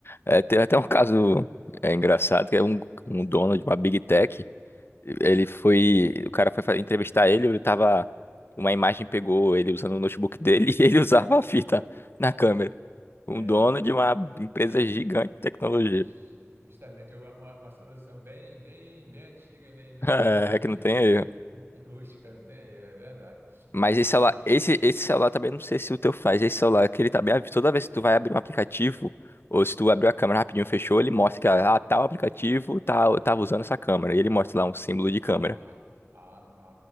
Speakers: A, on the left (about 55°); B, on the right (about 55°).
A: É, teve até um caso é, engraçado, que é um, um dono de uma Big Tech, ele foi, o cara foi fa- entrevistar ele, ele tava, uma imagem pegou ele usando o notebook dele <laughs> e ele usava a fita na câmera.
B: É,
A: Um dono de
B: é,
A: uma
B: pa- e
A: empresa gigante de tecnologia.
B: ju-
A: <laughs>
B: justamente uma, uma, uma solução bem, bem, bem antiga e, meio- e,
A: É, que não tem erro.
B: <laughs> e- e rústica, não tem? É verdade.
A: Mas
B: Aí.
A: esse celular, esse, esse celular também não sei se o teu faz. Esse celular que ele tá bem Toda vez que tu vai abrir um aplicativo, ou se tu abriu a câmera rapidinho, fechou, ele mostra que ah, ah, tal aplicativo tá, tava usando essa câmera. E ele mostra lá um símbolo de
B: Ah,
A: câmera.
B: ah,